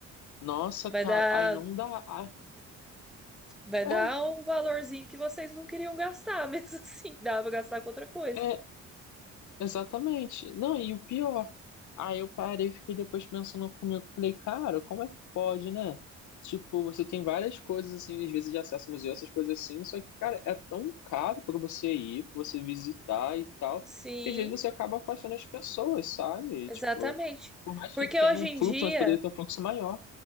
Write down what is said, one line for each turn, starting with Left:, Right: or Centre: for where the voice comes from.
Left: Nossa,
Centre: vai
Left: cara,
Centre: dar,
Left: aí não dá. Ah,
Centre: vai
Left: É,
Centre: dar um valorzinho que vocês não queriam gastar, <laughs> mesmo assim, dá pra gastar com outra coisa.
Left: é, Exatamente. Não, e o pior, aí eu parei e fiquei depois pensando comigo, falei, cara, como é que pode, né? Tipo, você tem várias coisas assim, às vezes de acesso ao museu, essas coisas assim, só que, cara, é tão caro pra você ir, pra você visitar e tal,
Centre: Sim,
Left: que às vezes você acaba afastando as pessoas, sabe?
Centre: exatamente.
Left: Tipo, por mais
Centre: Porque
Left: que tenha
Centre: hoje
Left: um
Centre: em
Left: fluxo,
Centre: dia
Left: mas poderia ter um fluxo maior.